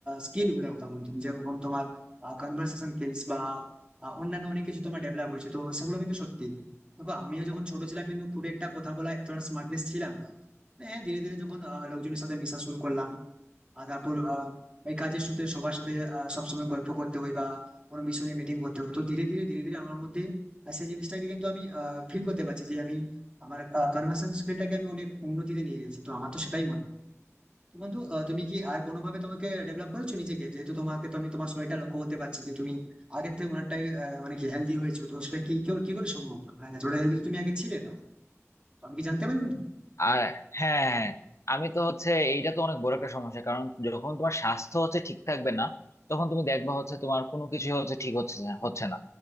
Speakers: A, on the right (about 20°); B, on the left (about 65°).
A: স্কিল গুলোর কথা বলছো তুমি যেরকম তোমার কনভার্সেশন স্কিলস বা আহ, অন্যান্য অনেক কিছু তোমার ডেভেলপ হয়েছে তো সেগুলো কিন্তু সত্যি দেখো আমিও যখন ছোট ছিলাম কিন্তু খুব একটা কথা বলা এতটা স্মার্টনেস ছিলাম না হ্যাঁ ধীরে ধীরে যখন আহ, লোকজনের সাথে মেশা শুরু করলাম আর তারপর আহ, এই কাজের সূত্রে সবার সাথে আহ, সবসময় গল্প করতে হয় বা কোনো মিশনে মিটিং করতে হয় তো ধীরে ধীরে ধীরে ধীরে আমার মধ্যে আহ, সেই জিনিসটাকে কিন্তু আমি ফিল করতে পারছি যে আমি আমার কনভার্সেশন স্কিলটাকে আমি অনেক উন্নতিতে নিয়ে গেছি তো আমার তো সেটাই মনে হয় তো বন্ধু আহ, তুমি কি আর কোনোভাবে তোমাকে ডেভেলপ করেছো নিজেকে যেহেতু তোমাকে তো আমি তোমার শরীরটা লক্ষ্য করতে পারছি যে তুমি আগের থেকে অনেকটাই আহ, মানে কি হেলদি হয়েছো তো সেটা কি কেউ- কি করে সম্ভব মানে এতটা হেলদি তুমি আগে ছিলে না তো আমি কি জানতে পারি বন্ধু
B: আর হ্যাঁ হ্যাঁ, হ্যাঁ। আমি তো হচ্ছে এইটা তো অনেক বড় একটা সমস্যা কারণ যখন তোমার স্বাস্থ্য হচ্ছে ঠিক থাকবে না তখন তুমি দেখবা হচ্ছে তোমার কোনো কিছু হচ্ছে ঠিক হচ্ছে না হচ্ছে না